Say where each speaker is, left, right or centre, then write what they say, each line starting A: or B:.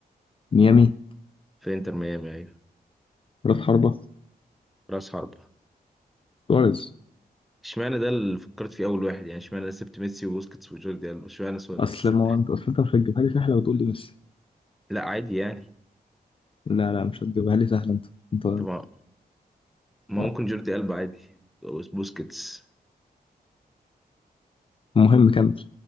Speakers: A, on the left; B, in the centre.
A: ميامي
B: في إنتر ميامي أيوة
A: راس حربة
B: رأس حربة
A: سواريز
B: اشمعنى ده اللي فكرت فيه أول واحد يعني اشمعنى أنا سبت ميسي وبوسكيتس وجوردي ألبا اشمعنى سواريز
A: أصل ما هو أنت أصل أنت مش هتجيبها لي سهلة وتقول لي ميسي
B: لا عادي يعني
A: لا لا مش هتجيبها لي سهلة أنت أنت
B: طبعا ما
A: آه.
B: ممكن جوردي ألبا عادي بوسكيتس
A: مهم كمل